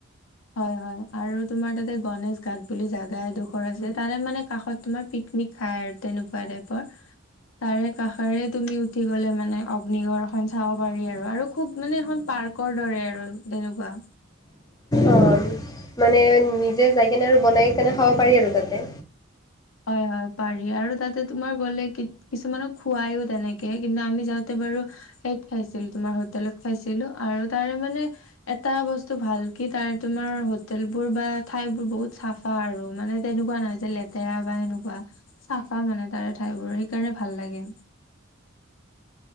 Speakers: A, on the left; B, on the left.
A: হয় হয় আৰু তোমাৰ তাতে গনেশ ঘাট বুলি জোগা এডোখৰ আছে তা মানে কাষত তোমাৰ প পিকনিক খায় আৰু তেনেকুৱা টাইপৰ। তাৰে কাষৰে তুমি উঠি গ'লে মানে অগ্নিগড় খন চাব পাৰি আৰু আৰু খুব মানে এখন প পাৰ্কৰ দৰে আৰু তেনেকুৱা।
B: অ' মানে নিজে যাই কেনে আৰু বনাই কেনে খাব পাৰি আৰু তাতে।
A: হয় হয় পাৰি আৰু তাতে তোমাৰ গ'লে কিছুমানক খোৱাইও তেনেকে কিন্তু আমি যাওঁতে। ব সেইত খাইছিলো তোমাৰ হোটেলত খাইছিলো আৰু তাৰে মানে এটা বস্তু ভালকে কি তাৰ তোমাৰ হোটেল বোৰ বা ঠাই বোৰ বহুত চাফা আৰু মানে তেনেকুৱা নহয় যে লে তেৰা বা সেনেকুৱা চাফা মানে তাৰে ঠাই বোৰ। সকাৰণে ভাল লাগে।